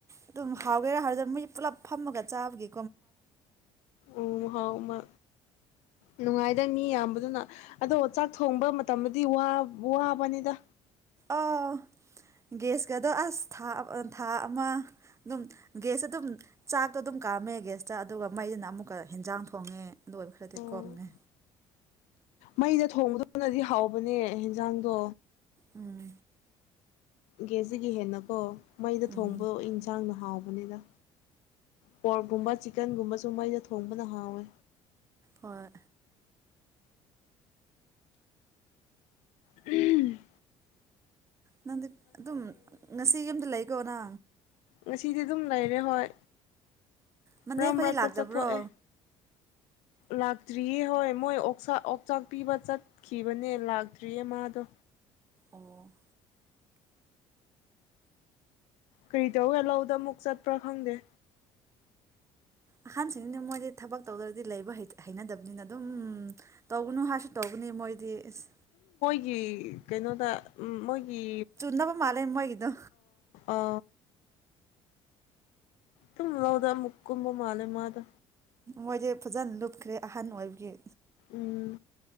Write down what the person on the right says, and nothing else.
ꯑꯗꯨꯝ ꯍꯥꯎꯒꯦꯔꯥ ꯍꯥꯎ ꯃꯣꯏꯁꯦ ꯄꯨꯂꯞ ꯐꯝꯃꯒ ꯆꯥꯕꯒꯤ
ꯑꯣ ꯒ꯭ꯁꯀꯗꯣ ꯑꯁ ꯊꯥ ꯊꯥ ꯑꯃ ꯑꯗꯨꯝ ꯒ꯭ꯌꯥꯁꯇ ꯑꯗꯨꯝ ꯆꯥꯛꯇꯣ ꯑꯗꯨꯝ ꯀꯥꯝꯃꯦ ꯒ꯭ꯌꯥꯁꯇ ꯑꯗꯨꯒ ꯃꯩꯁꯤꯅ ꯑꯃꯨꯛꯀ ꯍꯦꯟꯖꯥꯡ ꯊꯣꯡꯉꯦ ꯗꯣꯏ ꯈꯔꯗꯤ
ꯀꯃꯃꯦ
ꯎꯝ
ꯎꯝ
ꯍꯣꯏ
ꯅꯪꯗꯤ ꯑꯗꯨꯝ ꯉꯁꯤ ꯌꯨꯝꯗ ꯂꯩꯗꯣꯏ ꯔꯥ
ꯃꯅꯦ
ꯈꯣꯏꯗꯤ
ꯂꯥꯛꯇꯕ꯭ꯔꯣ
ꯑꯩꯅ <unintelligible>
ꯑꯍꯟꯁꯤꯡꯗꯤ ꯃꯣꯏꯗꯤ ꯊꯕꯛ ꯇꯧꯗ꯭ꯔꯗꯤ ꯂꯩꯕ ꯍꯩꯅꯗꯕꯅꯤꯅ ꯑꯗꯨꯝ ꯇꯧꯒꯅꯨ ꯍꯥꯏꯁꯨ ꯇꯧꯒꯅꯤ ꯃꯣꯏꯗꯤ ꯑꯦꯁ
ꯆꯨꯅꯕ ꯃꯥꯜꯂꯦ ꯃꯣꯏꯒꯤꯗꯣ
ꯃꯣꯏꯁꯦ ꯐꯖꯅ ꯂꯨꯞꯈ꯭ꯔꯦ ꯑꯍꯟ ꯑꯣꯏꯕꯒꯤ